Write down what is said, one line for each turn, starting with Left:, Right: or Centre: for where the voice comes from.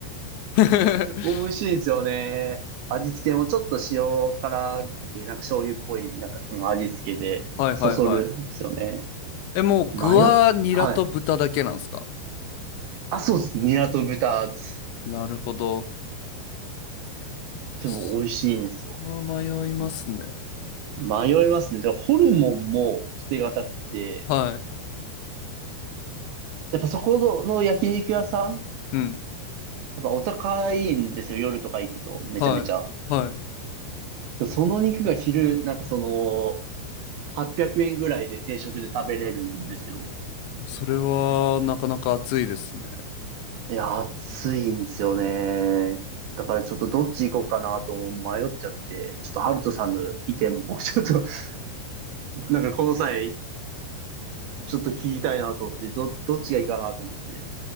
Left: <laughs>
Right: 美味しいですよね。味付けもちょっと塩辛く、なんか醤油っぽい、なんかその味付けで、
Left: はいはいは
Right: そそるんですよね。
Left: い。え、もう具はニラと豚だけなんですか
Right: 迷っ、はい。あ、そうです。ニラと豚です、
Left: なるほど。
Right: でも美味しいんですよ。
Left: それは迷いますね。
Right: うん迷いますね。じゃあ、ホルモンも捨てがたくて、
Left: はい。
Right: やっぱそこの焼肉屋さん、や
Left: うん。
Right: っぱお高いんですよ。夜とか行くと、めちゃめちゃ。
Left: はい。は
Right: でその肉が昼、なんかその、800円ぐらいで定食で食べれるんですよ。
Left: い。それはなかなか熱いですね。
Right: いや、暑いんですよね。だからちょっとどっち行こうかなと迷っちゃって、ちょっとハルトさんの意見も、ちょっと、<laughs> なんかこの際、ちょっと聞きたいなと思って、ど、どっちがいいかなと思って。